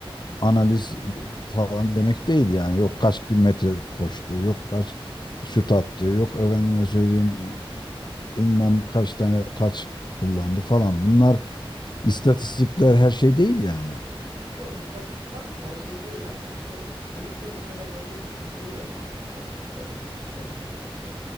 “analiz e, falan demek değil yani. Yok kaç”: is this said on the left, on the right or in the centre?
Left